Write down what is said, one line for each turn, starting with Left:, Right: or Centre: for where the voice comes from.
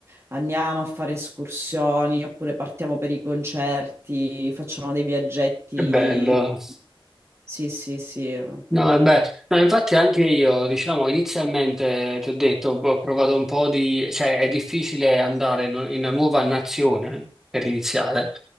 Right: Andiamo a fare escursioni oppure partiamo per i concerti, facciamo dei viaggetti.
Centre: Che bello.
Right: Sì, sì, sì. E...
Centre: No, e beh, no, infatti anche io, diciamo, inizialmente ti ho detto, ho provato un po' di, cioè è difficile andare in, in una nuova nazione per iniziare,